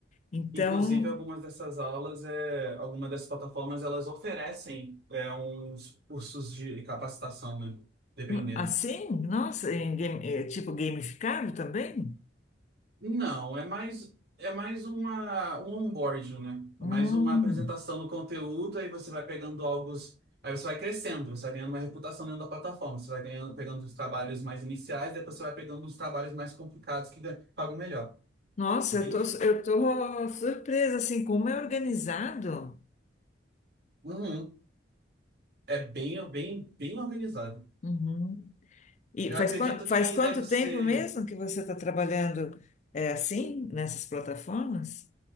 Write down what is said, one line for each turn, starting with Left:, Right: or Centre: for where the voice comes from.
Left: Então,
Right: Inclusive, algumas dessas aulas, é, algumas dessas plataformas, elas oferecem é, uns cursos de capacitação, né? Dependendo.
Left: hum, assim, nossa, em game- eh, tipo gamificado também?
Right: Não, é mais é mais uma um onboarding, né?
Left: Hum.
Right: É mais uma apresentação do conteúdo, aí você vai pegando algo, aí você vai crescendo, você vai ganhando uma reputação dentro da plataforma, você vai ganhando pegando os trabalhos mais iniciais, depois você vai pegando os trabalhos mais complicados que gan- pagam melhor,
Left: Nossa,
Right: entende?
Left: eu tô, eu tô surpresa, assim, como é organizado.
Right: Uhum. É bem bem bem organizado.
Left: Uhum. E
Right: Eu
Left: faz,
Right: acredito
Left: quan- faz
Right: que
Left: quanto
Right: deve ser,
Left: tempo mesmo que você está trabalhando é, assim, nessas plataformas?